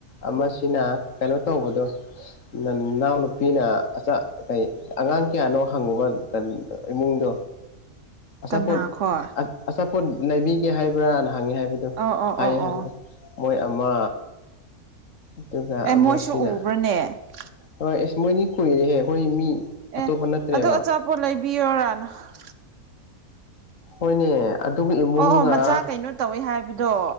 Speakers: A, on the left (about 60°); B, on the right (about 60°).
A: ꯑꯃꯁꯤꯅ ꯀꯩꯅꯣ ꯇꯧꯕꯗꯣ ꯅꯅꯥꯎꯅꯨꯄꯤꯅ ꯑꯆꯥ ꯀꯩ ꯑꯉꯥꯡ ꯀꯌꯥꯅꯣ ꯍꯪꯉꯨꯕ ꯏꯃꯨꯡꯗꯣ ꯑꯆꯥꯄꯣꯠ
B: ꯀꯅꯥ ꯈꯣꯏ
A: ꯑꯆꯥꯄꯣꯠ ꯂꯩꯕꯤꯒꯦ ꯍꯥꯏꯕ꯭ꯔꯅ ꯍꯪꯉꯦ ꯍꯥꯏꯕꯗꯣ
B: ꯑꯣ ꯑꯣ
A: ꯍꯥꯏꯌꯦ
B: ꯑꯣ ꯑꯣ
A: ꯍꯥꯏꯕꯗꯣ ꯃꯣꯏ ꯑꯃ ꯑꯗꯨꯒ
B: ꯑꯦ
A: ꯑꯃꯁꯤꯅ
B: ꯃꯣꯏꯁꯨ <unintelligible>
A: ꯍꯣꯏ ꯑꯦ ꯃꯣꯏꯗꯤ ꯀꯨꯏꯔꯦꯍꯦ ꯑꯩꯈꯣꯏ ꯃꯤ ꯑꯇꯣꯞꯄ
B: ꯑꯦ
A: ꯅꯠꯇ꯭ꯔꯦꯕ
B: ꯑꯗꯣ ꯑꯆꯥꯄꯣꯠ ꯂꯩꯕꯤꯌꯣꯔꯥ ꯅ <unintelligible>
A: ꯍꯣꯏꯅꯦ ꯑꯗꯨꯒ ꯏꯃꯨꯡꯒ
B: ꯑꯣ ꯑꯣ ꯃꯆꯥ ꯀꯩꯅꯣ ꯇꯧꯏ ꯍꯥꯏꯕꯗꯣ